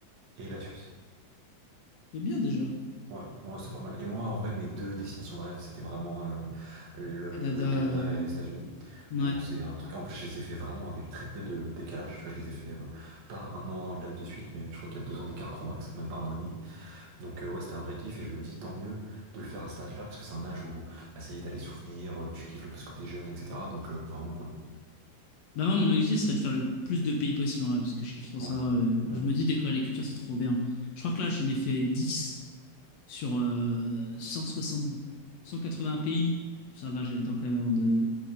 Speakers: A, on the right (about 65°); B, on the left (about 65°).
A: et la Suisse.
B: C'est bien déjà.
A: Ouais, ouais, c'est pas mal. Et moi, en vrai, mes deux destinations de rêve, c'était vraiment euh, le,
B: Canada.
A: le Canada
B: euh,
A: et les États-Unis.
B: Ouais.
A: Donc c'est un truc. En plus, je les ai fait vraiment avec très peu de décalage. Tu vois, je les ai fait euh, pas un an là de suite, mais je crois qu'il y a deux ans d'écart grand max, même pas un an et demi. Donc euh, ouais, c'était un vrai kiff et je me dis tant mieux de le faire à cet âge-là parce que c'est un âge où bah, ça y est, t'as les souvenirs, euh, tu kiffes le plus que t'es jeune, etc. Donc euh, vraiment cool.
B: Bah moi, mon objectif serait de faire le plus de pays possible, en vrai, parce que je kiffe trop
A: Ouais.
B: ça. euh,
A: Mm,
B: Je me dis, découvrir les cultures, c'est trop bien. Je crois que là, j'en ai fait 10 sur euh, cent soixante, cent quatre-vingts pays. Ça va, j'ai le temps quand même avant de,